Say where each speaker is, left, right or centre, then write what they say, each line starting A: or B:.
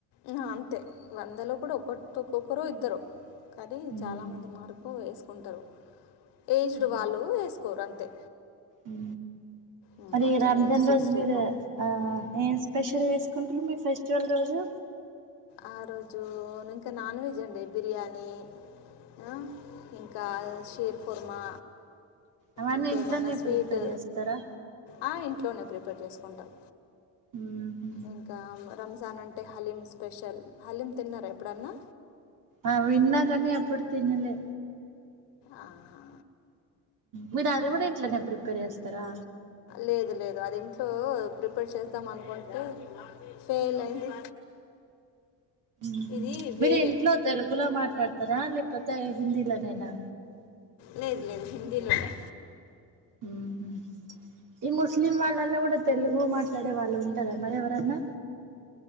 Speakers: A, on the left (about 80°); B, on the right (about 50°).
A: ఆ అంతే వందలో కూడా ఒకటో ఒక్కొక్కరు ఇద్దరు కానీ
B: ఉమ్
A: చాలామంది మార్కు వేసుకుంటారు ఏజ్డ్
B: ఆ
A: వాళ్ళు వేసుకోరు అంతే
B: ఉ
A: ఉమ్,
B: మరి
A: కొంచెం
B: రంజాన్
A: ఏజ్ సిక్స్టీ
B: రోజు మీరు
A: అబో
B: ఆ ఏం స్పెషల్ చేసుకుంటురు మీ ఫెస్ట్ చల్ రోజు
A: ఆ రోజు ఇంకా నాన్ వెజ్ అండి బిర్యానీ ఆ ఇంకా షీర్ కుర్మా
B: అవన్నీ
A: ఇంకేమైనా
B: ఇంట్లోనే
A: స్వీట్
B: ప్రిపేర్ చేస్తరా
A: ఆ, ఇంట్లోనే ప్రిపేర్ చేసుకుంటాం
B: ఉహు
A: ఇంకా రంజాన్ అం టే హలీం స్పెషల్ హలీం తిన్నరా ఎప్పుడన్నా
B: ఆ విన్నాకనీ ఎప్పుడు తినలే
A: ఆహా
B: మీరు అది
A: ఆ,
B: కూడా ఇంట్లనే ప్రిపేర్ చేస్తరా
A: లేదు లేదు అది ఇంట్లో ప్రిపేర్ చేసుద్దాం అనుకుంటే ఫెయిల్ అయింది
B: ఉహు
A: ఇది
B: మీరు
A: వేరే
B: ఇంట్లో తెలుగులో మాట్లాడతారా లేపోతే హిందీల నేనా
A: లేదు లేదు హిందీలోనే
B: ఉహూ ఈ ముస్లిం వాలు వాళళ్ళ కూడా తెలుగు మాట్లాడే వాళ్ళు ఉంటారా మరి ఎవరన్నా